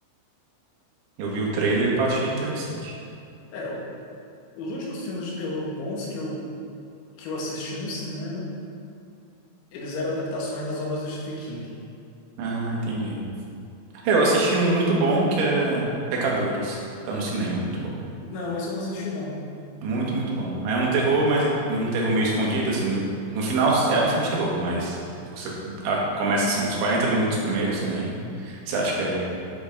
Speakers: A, on the right (about 85°); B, on the left (about 85°).
A: Eu vi o trailer e achei interessante.
B: É, os últimos filmes de terror bons que eu, que eu assisti no cinema, eles eram adaptações das obras do Stephen King.
A: Ah, entendi. Eu assisti um muito bom que é Pecadores. Tá no cinema, muito bom.
B: Não, esse eu não assisti, não.
A: Muito, muito bom. É um terror, mas um terror meio escondido, assim. No, no final é um filme de terror, mas você a- começa assim, uns 40 minutos primeiro, você nem. Você acha que é